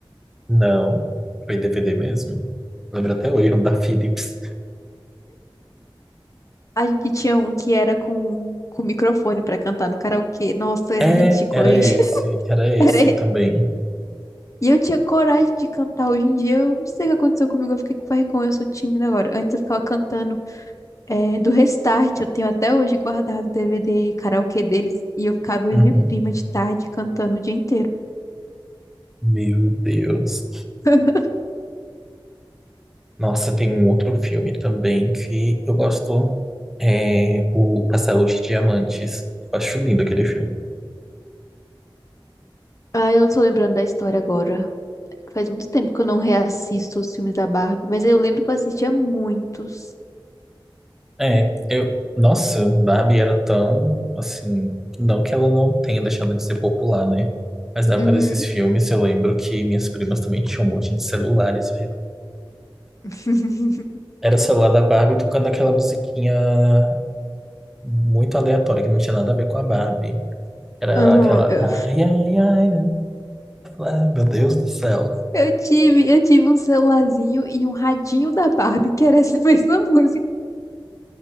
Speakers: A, in the centre; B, on the left.
A: Não, foi DVD mesmo. Lembro até hoje, um da Philips.
B: A gente tinha um que era com, com microfone pra cantar no karaokê. Nossa, era
A: É,
B: ridículo,
A: era
B: gente.
A: esse, era
B: <laughs>
A: esse
B: Era
A: também.
B: E eu tinha coragem de cantar. Hoje em dia, eu não sei o que aconteceu comigo. Eu fiquei com vergonha, eu sou tímida agora. Antes eu ficava cantando é, do Restart. Eu tenho até hoje guardado o DVD karaokê deles. E eu ficava
A: Uhum.
B: eu e minha prima de tarde cantando o dia inteiro.
A: Meu Deus.
B: <laughs>
A: Nossa, tem um outro filme também que eu gosto, é o Castelo de Diamantes. Eu acho lindo aquele filme.
B: Ah, eu não tô lembrando da história agora. Faz muito tempo que eu não reassisto os filmes da Barbie, mas eu lembro que eu assistia muitos.
A: É, eu. Nossa, Barbie era tão. Assim. Não que ela não tenha deixado de ser popular, né? Mas na época
B: Uhum.
A: desses filmes, eu lembro que minhas primas também tinham um monte de celulares, velho.
B: <laughs>
A: Era o celular da Barbie tocando aquela musiquinha muito aleatória, que não tinha nada a ver com a Barbie. Era
B: Aham,
A: aquela.
B: eu,
A: Ai, ai, ai. Ai, Meu Deus do céu.
B: eu tive, eu tive um celularzinho e um radinho da Barbie, que era essa <laughs> mesma música.